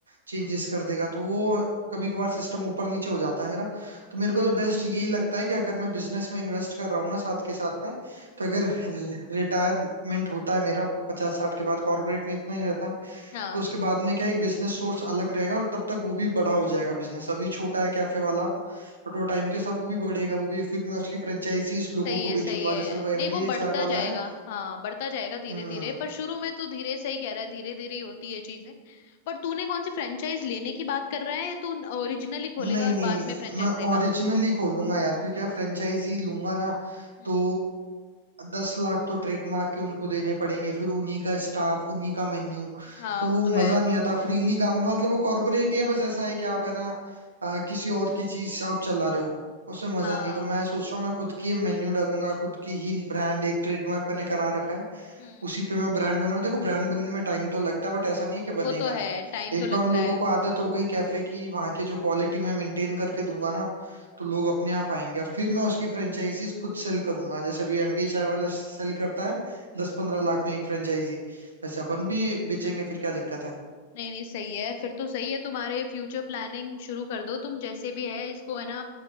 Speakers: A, on the right; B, on the left.
A: चेंजेस कर देगा तो वो कभी कभार सिस्टम ऊपर नीचे हो जाता है मेरा तो
B: हम्म
A: मेरे को तो बेस्ट यही लगता है कि अगर मैं बिजनेस में इन्वेस्ट कर रहा हूँ ना साथ के साथ में तो अगर रिटायरमेंट होता है मेरा पचास साठ के बाद कॉर्पोरेट में इतना ही रहता है
B: हाँ
A: तो उसके बाद में क्या है, एक बिजनेस सोर्स अलग रहेगा और तब तक वो भी बड़ा हो जाएगा बिजनेस अभी छोटा है कैफे वाला बट वो टाइम के साथ वो भी बढ़ेगा वो भी फिर मैं उसकी फ्रेंचाइजीज लोगों
B: सही
A: को
B: है
A: बेचूंगा
B: सही है
A: जैसे वो एमबीए
B: नहीं वो
A: चाय
B: बढ़ता
A: वाला
B: जाएगा
A: है
B: हाँ बढ़ता जाएगा धीरे
A: हम्म
B: धीरे पर शुरू में तो धीरे सही कह रहा है धीरे धीरे ही होती है चीजें पर तूने कौन सी फ्रेंचाइज लेने की बात कर रहा है या तू ओरिजिनली खोलेगा
A: नहीं
B: और
A: नहीं
B: बाद में फ्रेंचाइज
A: मैं
B: देगा
A: ओरिजिनली खोलूंगा यार क्योंकि फ्रेंचाइजी लूंगा ना
B: हम्म
A: तो दस लाख तो ट्रेडमार्क के उनको देने पड़ेंगे फिर उन्हीं का स्टाफ उन्हीं का मेन्यू
B: हाँ
A: तो वो
B: वो तो
A: मजा
B: है
A: नहीं आता फ्रीली काम मतलब वो कॉर्पोरेट ही है बस ऐसा है कि आप है ना अ, किसी और की चीज आप चला रहे हो उसमें मजा
B: हाँ
A: नहीं है तो मैं सोच रहा हूँ मैं खुद की मेन्यू डालूंगा खुद की ही ब्रांड एक ट्रेडमार्क मैंने करा रखा है
B: हम्म
A: उसी पे मैं ब्रांड बना देखो ब्रांड बनने में टाइम तो लगता है बट ऐसा नहीं है कि बनेगा
B: वो तो
A: नहीं
B: है टाइम
A: एक
B: तो लगता
A: बार लोगों
B: है
A: को आदत हो गई कैफे की वहां के जो क्वालिटी मैं मेंटेन करके दूंगा ना तो लोग अपने आप आएंगे और फिर मैं उसकी फ्रेंचाइजीज खुद सेल करूंगा जैसे अभी एमबीए चाय वाला सेल करता है दस पंद्रह लाख में एक फ्रेंचाइजी वैसे अपन भी बेचेंगे फिर क्या दिक्कत है
B: नहीं नहीं सही है फिर तो सही है तुम्हारे फ्यूचर प्लानिंग शुरू कर दो तुम जैसे भी है इसको है ना